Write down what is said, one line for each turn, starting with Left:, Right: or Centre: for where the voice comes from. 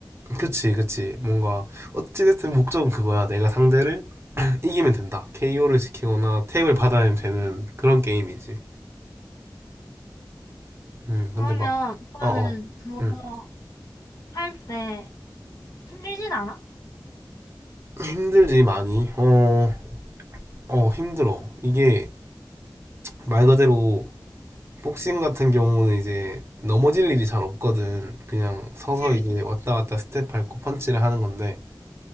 Right: 그치, 그치. 뭔가, 어찌됐든 목적은 그거야. 내가 상대를 이기면 된다. KO를 시키거나 탭을 받아내면 되는 그런 게임이지. 음,
Left: 그러면
Right: 근데 막,
Left: 오빠는
Right: 어, 어,
Left: 그거
Right: 음.
Left: 할 때 힘들진 않아?
Right: 힘들지, 많이. 어, 어, 힘들어. 이게 말 그대로 복싱 같은 경우는 이제 넘어질 일이 잘 없거든. 그냥 서서
Left: 응,
Right: 이게 왔다 갔다 스텝 밟고 펀치를 하는 건데,